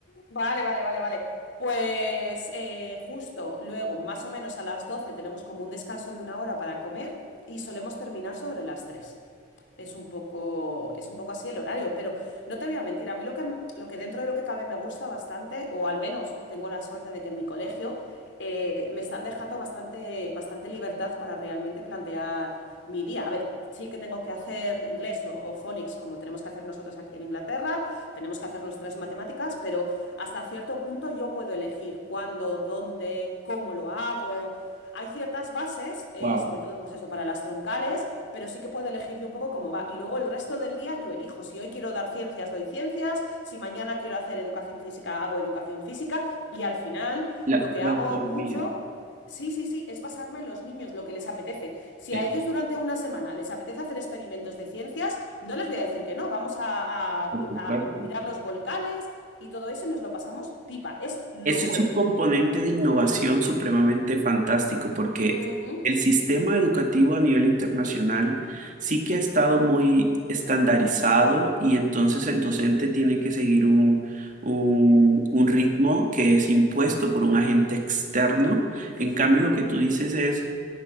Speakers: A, on the left (about 85°); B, on the right (about 45°).
A: vale, vale, vale, vale. Pues eh, justo luego, más o menos a las 12 tenemos como un descanso de una hora para comer y solemos terminar sobre las 3. Es un poco, es un poco así el horario, pero no te voy a mentir, a mí lo que, m- lo que dentro de lo que cabe me gusta bastante, o al menos tengo la suerte de que en mi colegio eh, me están dejando bastante, bastante libertad para realmente plantear mi día. A ver, sí que tengo que hacer inglés o, o phonics como tenemos que hacer nosotros aquí en Inglaterra tenemos que hacer nuestras matemáticas, pero hasta cierto punto yo puedo elegir cuándo, dónde, cómo lo hago. Hay ciertas bases, eh,
B: Wow,
A: sobre todo pues eso para las troncales, pero sí que puedo elegir yo un poco cómo va. Y luego el resto del día yo elijo. Si hoy quiero dar ciencias, doy ciencias. Si mañana quiero hacer educación física, hago educación física. Y al final
B: la,
A: lo que
B: la
A: hago
B: autonomía,
A: mucho Sí, sí, sí, es basarme en los niños, lo que les apetece. Si
B: es,
A: a ellos durante una semana les apetece hacer experimentos de ciencias, no les voy a decir que no, vamos a, a
B: por
A: bu-
B: supuesto.
A: a mirar los volcanes y todo eso y nos lo pasamos pipa, es lo
B: Eso
A: bueno.
B: es un componente de innovación supremamente fantástico porque
A: Ujú.
B: el sistema educativo a nivel internacional sí que ha estado muy estandarizado y entonces el docente tiene que seguir un, un- un ritmo que es impuesto por un agente externo. En cambio, lo que tú dices es